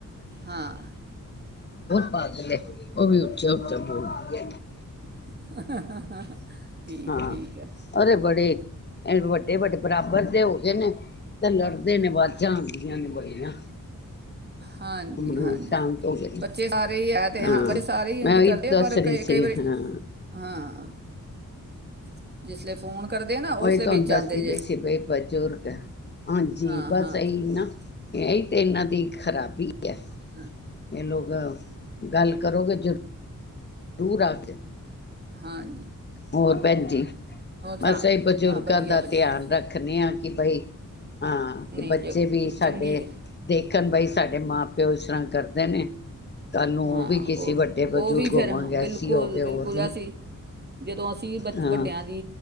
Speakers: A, on the right (about 30°); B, on the left (about 30°).
A: ਹਾਂ
B: ਬਦਲੇ ਉਹ ਵੀ ਉੱਚਾ ਉੱਚੇ ਬੋਲਦੀ
A: <unintelligible>
B: ਹਾਂ
A: ਠੀਕ ਹੈ
B: ਅਰੇ ਬੜੇ ਵੱਡੇ ਵੱਡੇ ਬਰਾਬਰ ਤੇ ਹੋ ਗਏ ਨੇ ਤੇ ਲੜਦੇ ਨੇ ਵੱਝਾਂ ਆਉਂਦੀਆਂ ਨੇ ਬੜੀਆਂ
A: ਹਾਂਜੀ
B: ਹੁਣ
A: ਹਾਂਜੀ
B: ਸ਼ਾਂਤ ਹੋ ਗਏ ਨੇ
A: ਬੱਚੇ ਸਾਰੇ ਹੀ ਤੇ
B: ਹਾਂ
A: ਬੱਚੇ ਸਾਰੇ ਹੀ ਇੰਝ
B: ਮੈਂ ਉਹੀ
A: ਕਰਦੇ ਆ
B: ਦੱਸ
A: ਪਰ
B: ਰਹੀ
A: ਕਈ
B: ਸੀ
A: ਕਈ ਵਾਰੀ
B: ਹਾਂ
A: <unintelligible>
B: ਉਹੀ
A: ਉਸਲੇ
B: ਤੁਹਾਨੂੰ
A: ਵਿੱਚ
B: ਦੱਸਦੀ
A: ਆਉਂਦੇ ਜੇ
B: ਪਈ ਸੀ ਬ ਬਜ਼ੁਰਗ ਹੈ ਹਾਂਜੀ
A: ਹਾਂ
B: ਬਸ
A: ਹਾਂ
B: ਇਹੀ
A: ਹਾਂ,
B: ਨਾ ਇਹੀ ਤੇ ਇਨਾ ਦੇ ਖਰਾਬੀ ਹੈ
A: ਹਮ
B: ਇਹ ਲੋਕ ਗੱਲ ਕਰੋਗੇ ਜ਼ਰੂਰ ਜ਼ਰੂਰੂਰ ਆਜ
A: ਹਾਂ
B: ਹੋਰ ਭੈਣ ਜ ਬਸ
A: ਥਾਂ
B: ਇਹ ਬਜ਼ੁਰਗਾਂ
A: ਹਾਂ ਵਧੀਆ
B: ਦਾ
A: ਵਧੀਆ
B: ਧਿਆਨ ਰੱਖਦੇ ਹਾਂ ਕਿ ਬਈ ਹਾਂ ਕਿ
A: ਨਹੀਂ
B: ਬੱਚੇ
A: ਜੇ
B: ਵੀ ਸਾਡੇ
A: ਚੰਗੀ
B: ਦੇਖਣ ਬਾਈ ਸਾਡੇ ਮਾਂ ਪਿ ਪਿਓ ਸਰੰਗ ਕਰਦੇ ਨੇ ਤੁਹਾਨੂੰ
A: ਹਾਂ
B: ਉਹ ਵੀ ਕਿਸੇ ਵੱਡੇ
A: ਉਹ
B: ਬਜ਼ੁਰਗ
A: ਵੀ ਫਿਰ
B: ਹੋਵਾਂਗੇੈਸੀ
A: ਹਾਂ, ਬਿਲਕੁਲ
B: ਹੋ ਕੇ
A: ਬਿਲਕੁਲ
B: ਹੋਰ ਵੀ
A: ਅਸੀਂ ਜਦੋਂ ਅਸੀਂ ਬ
B: ਹਾਂ
A: ਵੱਡਿਆਂ ਦੀ